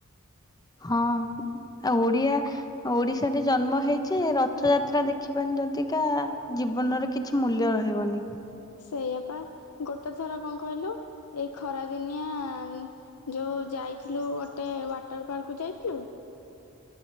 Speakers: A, on the left (about 15°); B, on the left (about 80°).
A: ହଁ ଆଉ ଓଡିଆ ଓଡିଶାରେ ଜନ୍ମ ହେଇଛେ ରଥଯାତ୍ରା ଦେଖିବାନି ଯଦି କା ଜୀବନରେ କିଛି ମୂଲ୍ୟ ରହିବନି
B: ସେଇଆପା ଗୋଟେ ଥର କଣ କହିଲୁ ଏଇ ଖରାଦିନିଆ ଯେଉଁ ଯାଇଥିଲୁ ଗୋଟେ ୱାଟର ପାର୍କକୁ ଯାଇଥିଲୁ